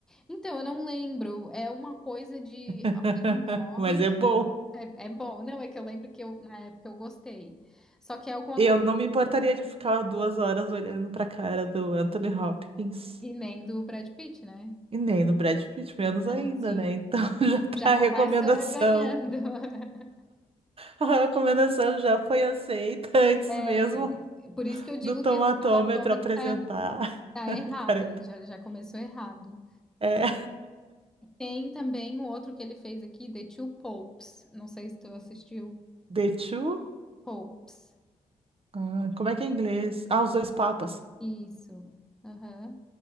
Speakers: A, in the centre; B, on the right.
A: Então, eu não lembro. É uma coisa de
B: <laughs>
A: alguém morre.
B: Mas é bom.
A: É, é bom. Não, é que eu lembro que eu, na época eu gostei. Só que é alguma
B: Eu
A: coisa
B: não me importaria de ficar duas horas olhando pra cara do Anthony Hopkins.
A: que nem do Brad Pitt, né?
B: E nem do Brad Pitt, menos
A: Então,
B: ainda,
A: assim,
B: né? Então <laughs> já tá
A: já começa
B: a recomendação.
A: ganhando. <laughs>
B: A recomendação já foi aceita antes
A: É,
B: mesmo.
A: por isso que eu digo
B: do tomatômetro
A: que esse tomatômetro
B: apresentar
A: tá,
B: <laughs>
A: tá errado.
B: quarenta
A: ele Já, já começou errado.
B: É,
A: Tem também o outro que ele fez aqui, The Two Popes. Não sei se tu assistiu.
B: The Two?
A: Popes.
B: Ah, como é que é em inglês? Ah, Os Dois Papas.
A: Isso. Aham.